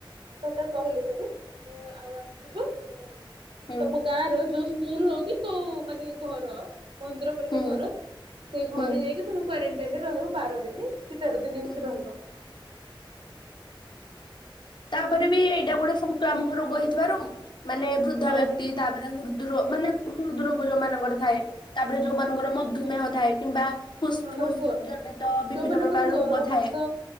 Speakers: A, on the right; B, on the left.
A: ସରକାର କହିଲେ ସରି ହଁ ଆଉ ଆସିବ ତ
B: ହୁଁ
A: ତମ ଗାଁ ର ଯୋଉ ସ୍କୁଲ ହଉ କି କୋଉ ମାନେ ଘର ମନ୍ଦିର ପରୀକା
B: ହୁଁ।
A: ଘର। ସେ ଘରେ
B: ହୁଁ
A: ଯାଇକି ତମେ କ୍ୱାରେଣ୍ଟାଇନ ରେ ରହିବ ବାର ଦିନ କି ତେର ଦିନ ଏମିତି
B: ହୁଁ ହୁଁ
A: ରହିବ।
B: ତାପରେ ବି ଏଇଟା ଗୋଟେ ସଂକ୍ରାମକ ରୋଗ ହେଇଥିବାରୁ ମାନେ ବୃଦ୍ଧା
A: ହଁ।
B: ବ୍ୟକ୍ତି ତାପରେ ହୃଦ୍ରରୋ ମାନେ ହୃଦରୋଗ ଯୋଉଁମାନଙ୍କର ଥାଏ। ତାପରେ ଯୋଉମାନଙ୍କର ମଧୁମେହ ଥାଏ କିମ୍ବା ଫୁସ୍ଫୁସ୍
A: ହଁ ରୋଗ
B: ଜନିତ ବିଭିନ୍ନ
A: ଯୋଉମାନଙ୍କର
B: ପ୍ରକାର
A: ଜର
B: ରୋଗ
A: କାଶ
B: ଥାଏ।